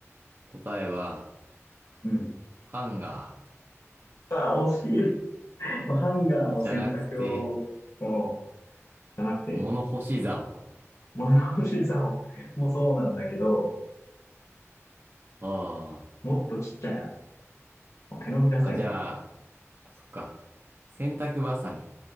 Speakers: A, on the right (about 45°); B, on the left (about 75°).
A: 答えは、
B: うん。
A: ハンガ
B: あ、惜しい。<laughs> もうハンガーも洗濯を、
A: ーじゃなくて、
B: もう、じゃなくて、
A: 物干し竿。
B: 物干しさを、<laughs> もうそうなんだけど、
A: あ
B: もっとちっちゃいな。もう手のひらサイズ。
A: あ、あ、じゃあ、そっか。洗濯バサミ。